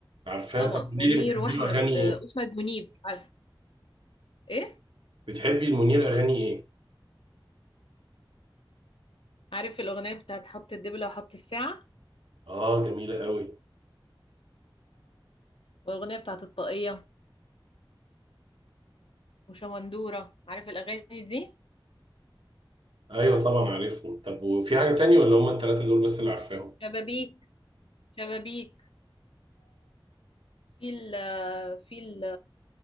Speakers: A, on the right; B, on the left.
A: عارفاه
B: طبعا
A: طب قولي
B: منير
A: لي بتحبي
B: واحمد
A: له أغاني
B: واحمد
A: إيه؟
B: منيب عارف ايه
A: بتحبي المنير أغاني إيه؟
B: عارف الاغنية بتاعت حط الدبلة وحط الساعة
A: آه جميلة قوي
B: والاغنية بتاعت الطاقية وشمندورة عارف الاغاني دي
A: أيوة طبعا عارفهم طب وفي حاجة تانية ولا هما التلاتة دول بس اللي عارفاهم؟
B: شبابيك شبابيك في ال في ال